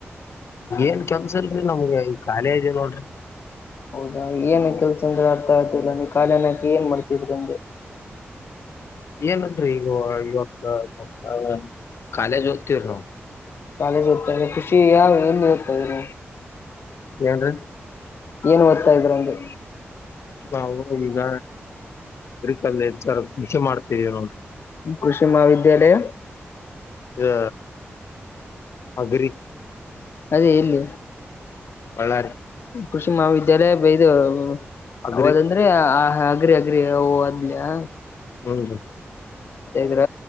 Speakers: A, on the left; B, on the left.
A: ಏನ್ ಕೆಲ್ಸಲ್ರಿ ನಮ್ಗೆ ಈ ಕಾಲೇ ಅರಿವ ನೋಡ್ರಿ
B: ಹೌದಾ ಏನ್ ಕೆಲ್ಸ ಅಂದ್ರ ಅರ್ಥ ಆಯ್ದಲ್ಲ ನೀ ಕಖಾಲಕಿ ಏನ್ ಮಾಡ್ತಿದ್ರಿ ಅಂದೆ.
A: ಏನಲ್ರರಿ ಈಗ ಇವತ್ತು ಸ್ ಕಾಲೇಜ್ ಓದ್ತವರಿ ನಾವ
B: ಕಾಲೇಜ್ ಓದತಾಲ್ಲ ಖುಷಿ ಯಾವ ಏನು ಓದತಾ ಇದ
A: ಏನ್ರಿ
B: ಏನ್ ಓದ್ತಾ ಇದ್ರಾ ಅಂದೆ
A: ನಾವು ಈಗ ಅಗ್ರಿಕಲ್ಚರ್ ಕೃಷಿ ಕೃಷಿ ಮಾಡ್ತಿದೀವಿ ನೋಡಿ.
B: ಕೃಷಿ ಮಹಾವಿದ್ಯಾಲಯಾ
A: ಇದು ಅಗರಿ
B: ಅದೇ ಎಲ್ಲಿ.
A: ಬಳ್ಳಾರಿ
B: ಕೃಷಿ ಮಹಾವಿದ್ಯಾಲಯ ಬೈದು
A: ಅಗ್ರಿ
B: ಯಾವದಂದ್ರೆ ಆ ಅಗ್ರಿ ಅಗ್ರಿ ಹ ಅದ್ಲಯಾ
A: ಹು ರೀ
B: ಇದ್ರ